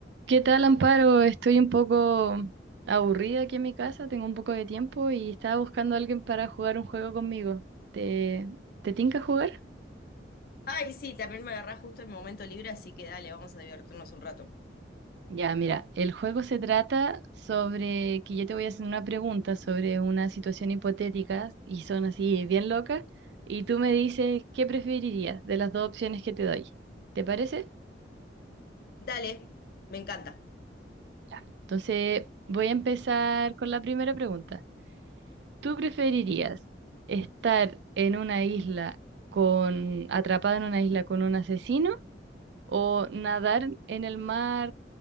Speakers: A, on the right; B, on the left.
A: ¿Qué tal, Amparo? Estoy un poco aburrida aquí en mi casa, tengo un poco de tiempo y estaba buscando a alguien para jugar un juego conmigo. ¿Te, te tinca jugar?
B: Ay, sí, también me agarrás justo el momento libre, así que dale, vamos a divertirnos un rato.
A: Ya, mira, el juego se trata sobre que yo te voy a hacer una pregunta sobre una situación hipotética y son así bien locas y tú me dices qué preferirías de las dos opciones que te doy. ¿Te parece?
B: Dale, me encanta.
A: Ya. Entonces voy a empezar con la primera pregunta. ¿Tú preferirías estar en una isla con, atrapada en una isla con un asesino o nadar en el mar